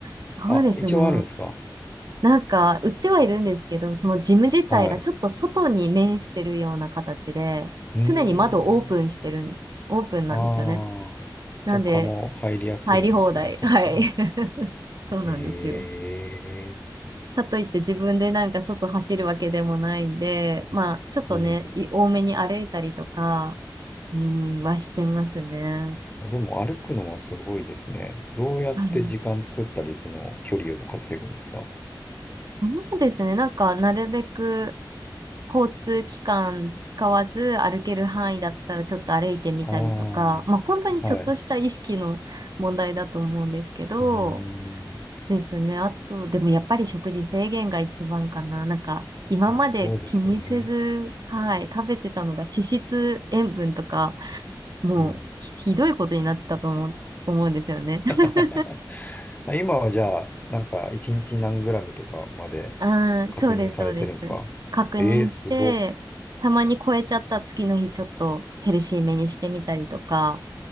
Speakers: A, on the right (about 55°); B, on the left (about 20°).
A: そうですね。
B: あ、一応あるんですか
A: なんか、売ってはいるんですけど、そのジム自体がちょっと外に面してるような形で、
B: はい。うー
A: 常に窓オープンしてるん、
B: ん。
A: オープンなんですよね。
B: ああ。
A: なんで、
B: じゃあ蚊も入りやすいんですね、
A: 入り放題。
B: そもそも。
A: <laughs> はい。<laughs> そうなんですよ。
B: ええ
A: かといって自分でなんか外走るわけでもないんで、まあ、ちょっとね、
B: うん。
A: い多めに歩いたりとか、うん、はしてますね。
B: でも歩くのはすごいですね。どうやって時間作ったり、
A: はい
B: その距離を稼ぐんですか
A: そうですね。なんか、なるべく、交通機関使わず歩ける範囲だったらちょっと歩いてみたりとか、
B: ああー。
A: まあ本当にちょっとした意識の問題だと思うんですけど、
B: はい。うーん。
A: ですね。あと、でもやっぱり食事制限が一番かな。なんか、今まで気にせず、
B: まあ、そうですよね。
A: はい、食べてたのが脂質、塩分とか、もうひどいことになってたと思う、
B: うん。
A: 思うんですよね。<laughs>
B: <laughs> まあ今はじゃあ、なんか1日何グラムとかまで
A: ああ、
B: 確認されてるんですかえー、
A: そうです、そうです。確認して、
B: すごっ。
A: たまに超えちゃった次の日ちょっとヘルシーめにしてみたりとか、